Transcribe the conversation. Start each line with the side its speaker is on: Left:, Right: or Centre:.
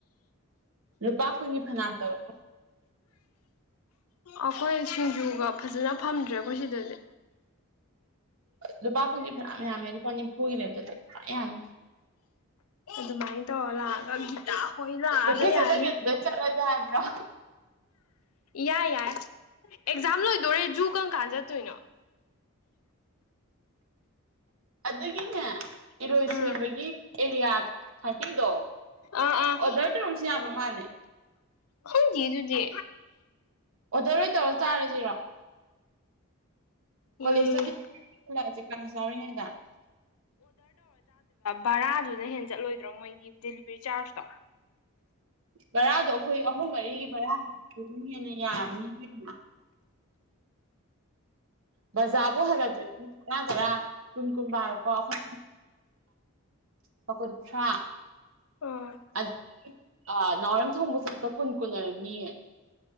Right: ꯂꯨꯄꯥ ꯀꯨꯟꯒꯤ ꯐꯅꯝ ꯇꯧꯋꯦ
Left: ꯑꯩꯈꯣꯏ ꯁꯤꯡꯖꯨꯒ ꯐꯖꯅ ꯐꯝꯗ꯭ꯔꯦ ꯑꯩꯈꯣꯏ ꯁꯤꯗꯗꯤ
Right: ꯂꯨꯄ ꯀꯨꯟ ꯐꯥꯅ ꯌꯥꯝꯃꯦ <unintelligible> <unintelligible> ꯌꯥꯝꯃꯤ
Left: ꯑꯗꯨꯃꯥꯏꯅ ꯇꯧꯔ ꯂꯥꯛꯑꯒ ꯒꯤꯇꯥ ꯍꯣꯏ ꯂꯥꯛꯑꯒ
Right: ꯀꯦꯐꯦ
Left: ꯌꯥꯅꯤ
Right: ꯆꯠꯇꯕꯤ ꯑꯗꯨꯗꯥ ꯑꫭꯏꯅ ꯆꯠꯂꯁꯤ ꯌꯥꯕꯔꯣ
Left: ꯌꯥꯏ ꯌꯥꯏ ꯑꯦꯛꯖꯥꯝ ꯂꯣꯏꯗꯣꯔꯦ ꯖꯨ ꯀꯪ ꯀꯥꯟ ꯆꯠꯇꯣꯏꯅꯣ
Right: ꯑꯗꯨꯒꯤꯅꯦ ꯏꯔꯣꯏ
Left: ꯎꯝ
Right: ꯁꯦꯝꯕꯒꯤ ꯑꯦꯔꯤꯌꯥ ꯊꯥꯔꯇꯤꯗꯣ
Left: ꯑꯥ ꯑꯥ
Right: ꯑꯣꯗꯔ ꯇꯧꯔꯁꯨ ꯌꯥꯕ ꯃꯥꯅꯦ
Left: ꯈꯪꯗꯦꯌꯦ ꯑꯗꯨꯗꯤ
Right: ꯑꯣꯗꯔ ꯑꯣꯏ ꯇꯧꯔ ꯆꯥꯔꯁꯤꯔꯣ ꯀꯣꯂꯦꯖꯇ
Left: ꯎꯝ
Right: <unintelligible>
Left: ꯕꯔꯥꯗꯨꯅ ꯍꯦꯟ ꯆꯠꯂꯣꯏꯗ꯭ꯔꯣ ꯃꯣꯏꯒꯤ ꯗꯦꯂꯤꯚꯔꯤ ꯆꯥꯔꯖꯇꯣ
Right: ꯕꯔꯥꯗꯣ ꯑꯩꯈꯣꯏ ꯑꯍꯨꯝ ꯃꯔꯤꯒꯤ ꯔꯥꯅꯤꯅ ꯌꯥꯅꯤꯅ ꯕꯖꯥꯕꯨ ꯍꯥꯏꯂꯛꯇꯥꯔꯤ ꯇꯔꯥ-ꯇꯔꯤ ꯀꯨꯟ-ꯀꯨꯟ ꯕꯥꯥꯔꯣꯀꯣ ꯑꯩꯈꯣꯏ ꯄꯥ ꯀꯨꯟꯊ꯭ꯔꯥ
Left: ꯑꯥ
Right: ꯑꯠ ꯑꯥ ꯅꯥꯎꯔꯦꯝꯊꯣꯛꯕꯛ ꯆꯠꯄꯗ ꯀꯨꯟ-ꯀꯨꯟ ꯑꯣꯏꯔꯝ ꯃꯤ